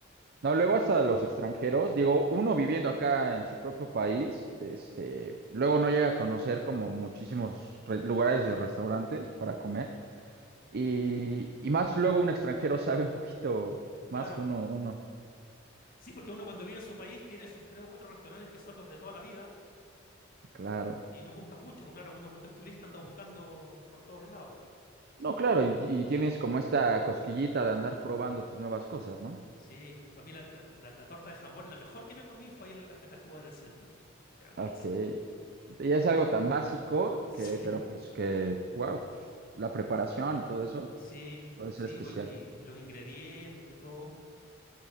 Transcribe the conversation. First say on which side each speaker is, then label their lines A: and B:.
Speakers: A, on the right (about 50°); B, on the left (about 45°).
A: No, luego hasta los extranjeros, digo, uno viviendo acá en su propio país, este, luego no llega a conocer como muchísimos re- lugares de restaurantes para comer. Y, y más luego un extranjero <laughs> sabe un poquito
B: Claro.
A: más que uno, uno,
B: Sí, porque uno cuando vive en su país tiene sus tres o cuatro restaurantes que son los de toda la vida
A: claro.
B: y no buscas mucho, porque claro, uno cuando es turista anda buscando por todos lados. Sí,
A: No, claro, y, y tienes como esta cosquillita de andar probando pues nuevas cosas, ¿no?
B: sí. Para mí la, la- la- la torta de jamón, la mejor que me comí fue ahí en el Café Tacuba en el centro. Era buenísima.
A: Ok. Y
B: <laughs>
A: es algo tan básico
B: Sí,
A: que, pero pues que, wow, la preparación y todo eso
B: sí,
A: puede
B: sí,
A: ser especial.
B: pues, y, y los ingredientes y todo.